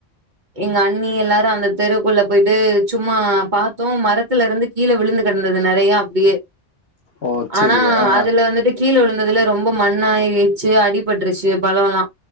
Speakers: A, on the right; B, on the left.
A: எங்க அண்ணி எல்லாரு அந்த தெருகுள்ள போயிட்டு சும்மா பாத்தோ மரதுல இருந்து கீழ விழுந்து கிடந் ந்து நெறையா அப்டியே
B: ஓ சேரி
A: ஆனா
B: ஆ
A: அதுல வந்துட்டு கீழ விழுந்ததுல ரொம்ப மண்ணா ஏச்சு அடிபட்டுருச்சு பழல்லா